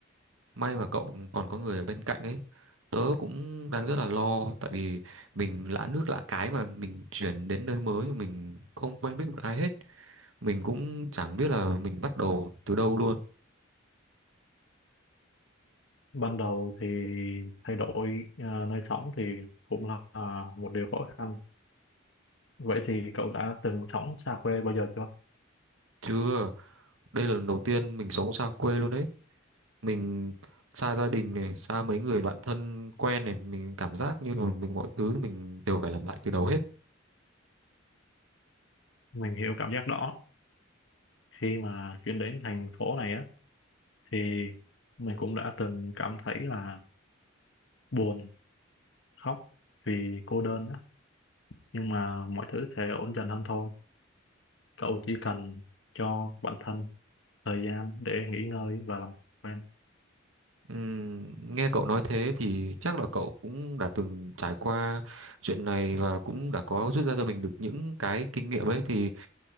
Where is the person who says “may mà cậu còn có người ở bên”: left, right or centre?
Right